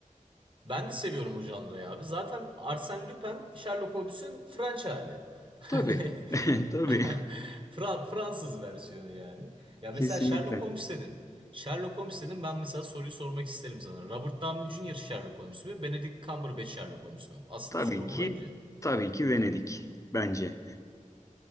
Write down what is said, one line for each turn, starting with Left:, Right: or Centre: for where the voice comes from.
Right: Ben de seviyorum o janrayı abi. Zaten Arsène Lupin, Sherlock Holmes'ün French hali. <laughs> Hani
Left: Tabii. <laughs>
Right: <laughs>
Left: Tabii.
Right: Fra- Fransız versiyonu yani. Ya
Left: Kesinlikle.
Right: mesela Sherlock Holmes dedin. Sherlock Holmes dedin ben mesela soruyu sormak isterim sana. Robert Downey Jr. Sherlock Holmes mü? Benedict Cumberbatch Sherlock Holmes mü? Asıl
Left: Tabii
Right: soru bu
Left: ki
Right: bence.
Left: tabii ki Venedik bence.